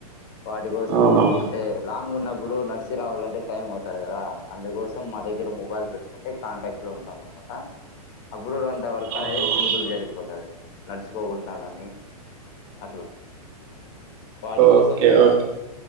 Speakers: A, on the left; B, on the right.
A: వాటి కోసము
B: అవునవును
A: అంటే ఉన్నప్పుడు నడ్సి రావాలంటే టైం అవుతది. కదా అందుకోసం మా దగ్గర మొబైలు పెట్టుకుంటే కాంటాక్ట్ లో ఉంటాం. అనమాట గుడురు అంత వర్క్
B: అవునవును
A: అనేది సింపుల్ జరిగిపోతది. నడుచిపోకుండా కానీ అట్లా. వాటి కోసము.
B: ఓకే ఓకే